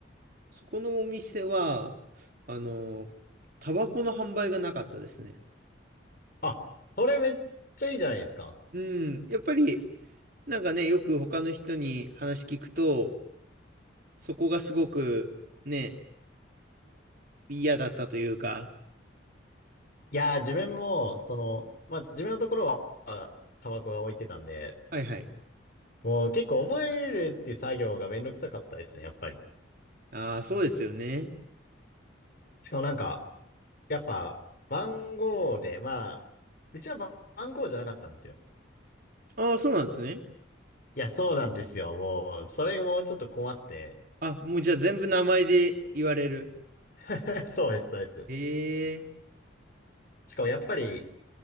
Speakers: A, on the right (about 50°); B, on the left (about 50°).
A: そこのお店は、あの、タバコの販売がなかったですね。
B: あ、それめっちゃいいじゃないですか。
A: うん。やっぱり、なんかね、よく他の人に話聞くと、そこがすごくね、嫌だったというか。
B: いやー、自分も、その、まあ、自分のところは、タバコが置いてたんで、
A: はいはい。
B: もう結構覚えるって作業がめんどくさかったですね、やっぱり。
A: ああ、そうですよね。
B: しかもなんか、やっぱ、番号で、まあ、うちは番番号じゃなかったんですよ。
A: ああ、そうなんですね。
B: いや、そうなんですよ。もう、それもちょっと困って。
A: あ、もうじゃあ全部名前で言われる。
B: <laughs> そうです、そうです。
A: ええ
B: しかもやっぱり、